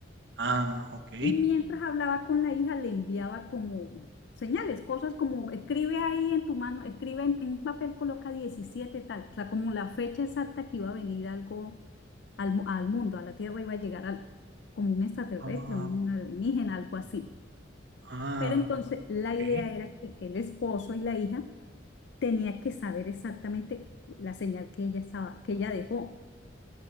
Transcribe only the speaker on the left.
y mientras hablaba con la hija le enviaba como señales, cosas como escribe ahí en tu mano, escribe en, en un papel, coloca 17 tal, o sea, como la fecha exacta que iba a venir algo al, mu- al mundo, a la Tierra iba a llegar algo, como un extraterrestre,
un alienígena, algo así.
Pero entonces la
idea era que el esposo y la hija tenía que saber exactamente la señal que ella estaba, que ella dejó.